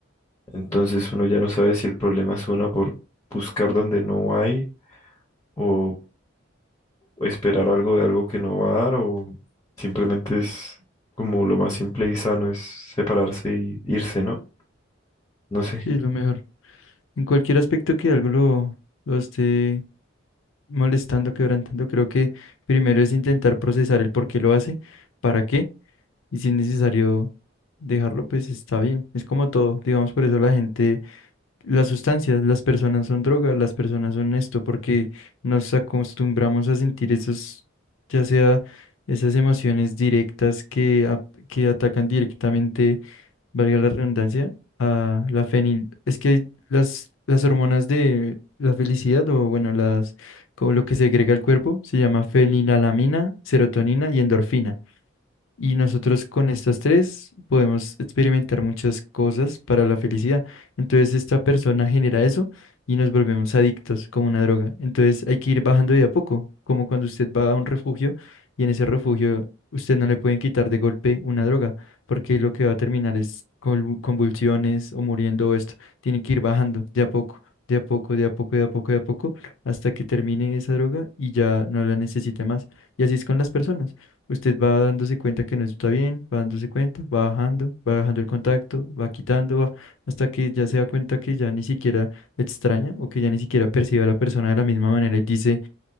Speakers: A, on the left (about 20°); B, on the left (about 70°).
A: Entonces uno ya no sabe si el problema es uno por buscar donde no hay o esperar algo de algo que no va a dar o simplemente es como lo más simple y sano es separarse y irse, ¿no? No sé.
B: sí, es lo mejor. En cualquier aspecto que algo lo, lo esté molestando, quebrantando, creo que primero es intentar procesar el por qué lo hace, para qué, y si es necesario dejarlo, pues está bien. Es como todo, digamos, por eso la gente, las sustancias, las personas son drogas, las personas son esto, porque nos acostumbramos a sentir esos, ya sea esas emociones directas que, a- que atacan directamente valga la redundancia, a la fenil. Es que las, las hormonas de la felicidad, o bueno, las, como lo que segrega el cuerpo, se llama fenilalanina, serotonina y endorfina. Y nosotros con estas tres podemos experimentar muchas cosas para la felicidad. Entonces esta persona genera eso y nos volvemos adictos como una droga. Entonces hay que ir bajando de a poco, como cuando usted va a un refugio y en ese refugio usted no le pueden quitar de golpe una droga, porque lo que va a terminar es con convulsiones o muriendo o esto. Tiene que ir bajando de a poco, de a poco, de a poco, de a poco, de a poco, hasta que termine esa droga y ya no la necesite más. Y así es con las personas. Usted va dándose cuenta que no está bien, va dándose cuenta, va bajando, va bajando el contacto, va quitando, va- hasta que ya se da cuenta que ya ni siquiera extraña o que ya ni siquiera percibe a la persona de la misma manera y dice,